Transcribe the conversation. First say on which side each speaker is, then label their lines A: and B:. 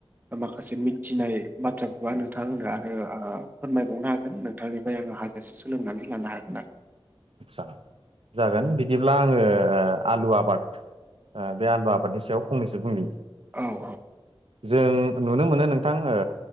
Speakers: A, on the right (about 20°); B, on the right (about 75°).
A: माखासे मिथिनाय बाथ्राखौहाय नोंथांआ आंनो आरो आ फोरमायबावनो हागोन नोंथांनिफ्राय आंङो हाजासे सोलोंनानै लानो हागोन आरो।
B: आटसा जागोन बिदिब्ला आङो आलु आबाद आ बे आलु आबादनि सायाव फंनैसो बुंनि।
A: औ औ।
B: जों नुनो मोनो नोंथां ओ